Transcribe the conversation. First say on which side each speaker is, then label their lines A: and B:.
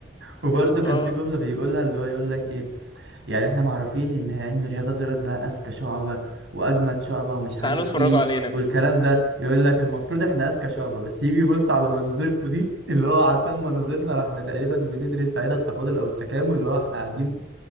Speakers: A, on the right; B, on the left.
A: وبرضه
B: اه
A: كان في جملة بيقولها اللي هو يقول لك ايه يعني احنا معروفين ان علم الرياضه دولت بقى اذكى شعبه واجمد شعبه ومش عارف
B: تعالوا اتفرجوا
A: ايه
B: علينا
A: والكلام ده يقول لك المفروض احنا اذكى شعبه بس يجي يبص على مناظركم دي اللي هو عارفين مناظرنا احنا تقريبا بندرس ساعتها التفاضل او التكامل اللي هو احنا قاعدين